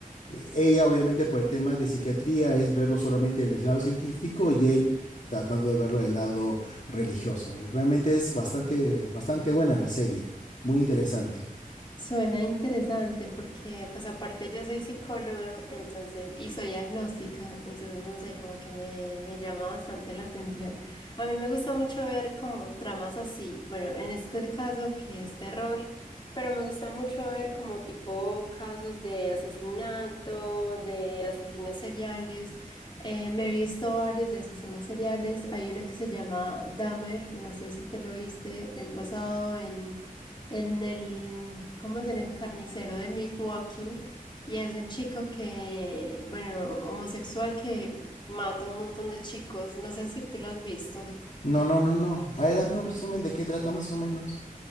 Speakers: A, on the left; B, on the left.
A: eh, ella obviamente por el tema de psiquiatría es verlo solamente del lado científico y él tratando de verlo del lado religioso. Y realmente es bastante, bastante buena la serie, muy interesante.
B: Suena interesante porque, pues aparte yo soy psicóloga, entonces, y soy agnóstica, entonces no sé, como que me, me llama bastante la atención. A mí me gusta mucho ver como tramas así, bueno, en este caso que es terror, pero me gusta mucho ver como tipo casos de asesinato, de asesinos seriales. Eh, me he visto varios de asesinos seriales, hay uno que se llama Dahmer, no sé si te lo viste, es basado en en el, ¿cómo es? En el carnicero de Milwaukee. Y es un chico que, bueno, homosexual que mata a un montón de chicos. No sé si tú lo has visto.
A: No, no, no, no. A ver, dame un resumen de qué trata más o menos.